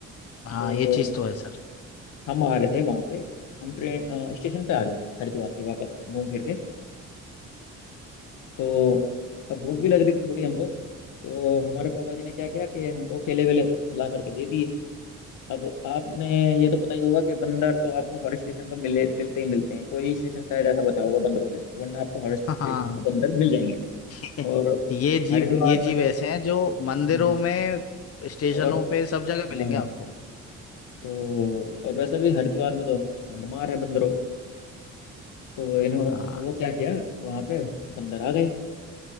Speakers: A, on the left; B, on the left.
A: हाँ
B: तो
A: ये चीज तो है सर
B: हम आ रहे थे वहां से हम ट्रेन अ, स्टेशन पे आ गए हरिद्वार के वापस घूम फिर के तो अब भूख भी लग रही थी थोड़ी हमको तो हमारे पापा जी ने क्या किया कि हमको केले वेले ला करके दे दिए अब आपने ये तो पता ही होगा कि बंदर तो आपको हर स्टेशन पर मिले मिलते ही मिलते हैं कोई स्टेशन शायद ऐसा बता होगा बंदरों से वरना आपको हर स्टेशन
A: हाँ
B: पर बंदर मिल जाएंगे
A: <laughs>
B: और
A: ये जीव
B: हरिद्वार
A: ये जीव
B: में तो
A: ऐसे हैं जो
B: हम्म,
A: मंदिरों में स्टेशनों
B: और
A: पे सब जगह
B: बाढ़
A: मिलेंगे आपको
B: तो और वैसे भी हरिद्वार में तो भरमार है बंदरों की तो इन्हों
A: हाँ
B: वो क्या किया वहां पे बंदर आ गए